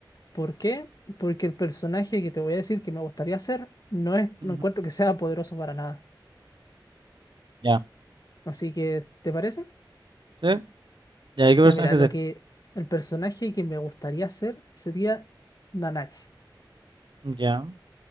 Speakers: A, on the left; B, on the right.
A: ¿Por qué? Porque el personaje que te voy a decir que me gustaría hacer no es,
B: Ujú,
A: no encuentro que sea poderoso para nada.
B: Ya.
A: Así que, ¿te parece?
B: ¿Sí? Ya, ¿Y ahí qué personaje
A: Ya mira, lo
B: sería?
A: que el personaje que me gustaría hacer sería Nanache.
B: Ya,